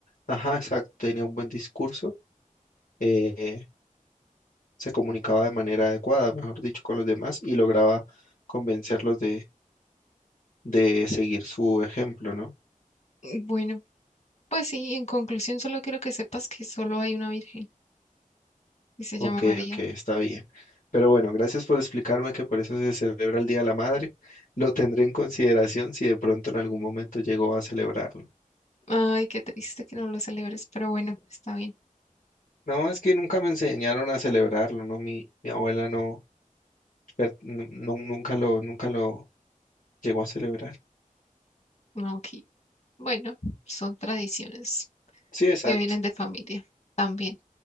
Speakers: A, on the left; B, on the left.
A: Ajá, exacto, tenía un buen discurso. eh, se comunicaba de manera adecuada, mejor dicho, con los demás y lograba convencerlos de, de seguir su ejemplo, ¿no?
B: Bueno, pues sí, en conclusión solo quiero que sepas que solo hay una virgen y se
A: Ok,
B: llama María.
A: ok, está bien. Pero bueno, gracias por explicarme que por eso se celebra el Día de la Madre. Lo tendré en consideración si de pronto en algún momento llego a celebrarlo.
B: Ay, qué triste que no lo celebres, pero bueno, está bien.
A: No, es que nunca me enseñaron a celebrarlo, ¿no? Mi, mi abuela no pero nu- nu- nunca lo, nunca lo llegó a celebrar.
B: No, ok. Bueno, son tradiciones
A: Sí, exacto.
B: que vienen de familia también,